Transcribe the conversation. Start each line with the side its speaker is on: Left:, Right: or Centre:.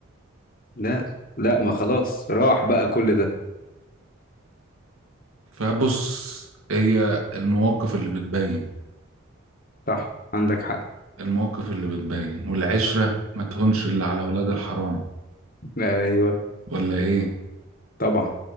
Left: لا لا ما خلاص راح بقى كل ده
Right: فبص هي المواقف اللي بتبين
Left: صح عندك حق
Right: المواقف اللي بتبين والعشرة ما تهونش اللي على ولاد الحرام
Left: ايوه
Right: ولا ايه
Left: طبعا